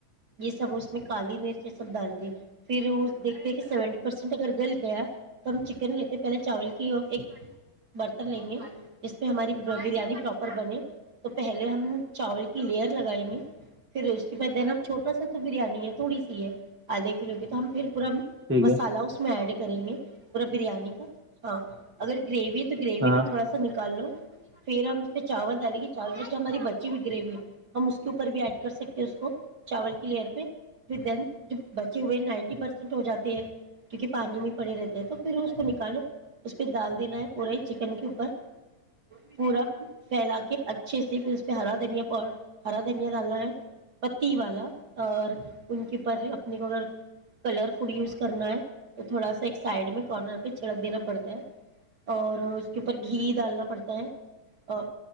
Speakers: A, on the right; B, on the right.
A: یہ سب اس میں کالی مرچ یہ سب ڈالتے پھر وہ دیکھتے کہ سیونٹی پرسینٹ اگر گل گیا تو ہم چکن لیتے پہلے چاول کی اور ایک برتن لیں گے جس میں ہماری برو بریانی پرپ بنے تو پہلے ہم چاول کی لیئر لگائی گے پھر اس کے بعد دن آپ چھوٹا سا بریانی ہے تھوڑی سی ہے آدھے کلو کی تو ہم پھر پا
B: ٹھیک
A: مسالا
B: ہے
A: اس میں ایڈ کری گ پورا بریانی کا ہاں اگر گریوی ہے تو گریوی
B: ہاں
A: کو تھوڑا سا نکال لو پھر ہم اس پہ چاول ڈالیں گے چاول میں جو ہماری بچی ہوئی گریوی ہے ہم اس کے اوپر بھی ایڈ کر سکتے ہیں اس کو چاول کی لئر پہ پھر دین ج بچے ہوئے نائنٹی پرسینٹ ہو جاتے ہیں کیونکہ پانی میں پڑے رہتے ہیں تو پھر اس کو نکالو اس پہ ڈال دینا ہے پورے چکن کے اوپر پورا پھیلا کے اچھے سے پھر اس پہ ہرا دھنیا ہرا دھنیا ڈالنا ہے پتی والا اور ان کی پر اپنے کو اگر کلر فڈ یوز کرنا ہے تو تھوڑا سا ایک سائڈ کارنر پہ چڑ دینا پڑتے ہیں اور اس کے اوپر گھی ڈالنا پڑتا ا اور